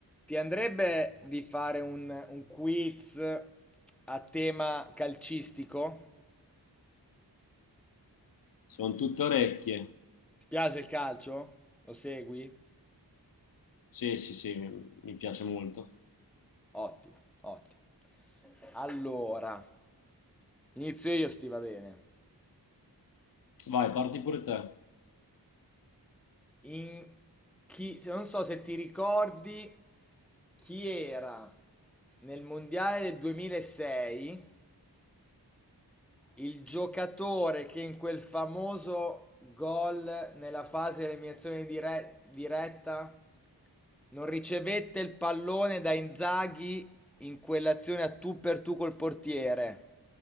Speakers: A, in the centre; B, on the left.
A: Ti andrebbe di fare un, un quiz a tema calcistico?
B: Sono tutte orecchie.
A: Ti piace il calcio? Lo segui?
B: Sì, sì, sì, mi mi piace molto.
A: Ottimo, ottimo. Allora, inizio io, sti va bene.
B: Vai, parti pure te.
A: In chi- non so se ti ricordi chi era nel mondiale del 2006 Il giocatore che in quel famoso gol nella fase di eliminazione dire- diretta non ricevette il pallone da Inzaghi in quell'azione a tu per tu col portiere,